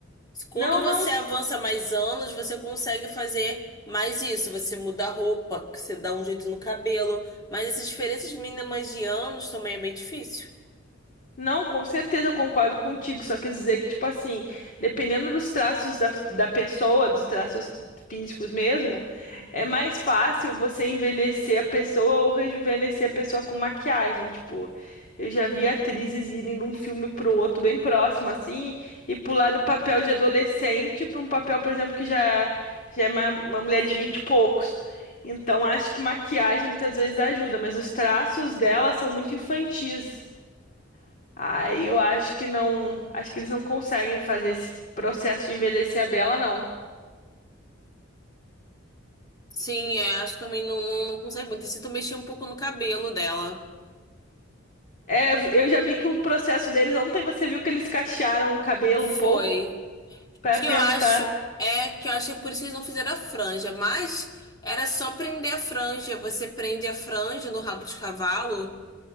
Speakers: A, on the left; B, on the left.
A: Quando
B: Não,
A: você
B: não
A: avança mais anos, você consegue fazer mais isso. Você muda a roupa, que você dá um jeito no cabelo. Mas essas diferenças mínimas de anos também é bem difícil.
B: Não, com certeza eu concordo contigo. Só quis dizer que, tipo assim, dependendo dos traços da, da pessoa, dos traços físicos mesmo, é mais fácil você envelhecer a pessoa ou rejuvenescer a pessoa com maquiagem. Tipo, eu já vi atrizes irem de um filme pro outro bem próximo, assim, e pular do papel de adolescente pra um papel, por exemplo, que já, já é uma, uma mulher de vinte e poucos. Então, acho que maquiagem muitas vezes ajuda, mas os traços dela são muito infantis. Aí eu acho que não. Acho que eles não conseguem fazer esse processo de envelhecer a Bela, não.
A: Sim, é, acho que também não, não, não consegue muito. E se tu mexer um pouco no cabelo dela.
B: É, eu já vi que o processo deles ontem você viu que eles cachearam o cabelo
A: Foi.
B: um pouco pra
A: Que
B: tentar,
A: eu acho. É que eu acho que é por isso que eles não fizeram a franja. Mas era só prender a franja. Você prende a franja no rabo de cavalo.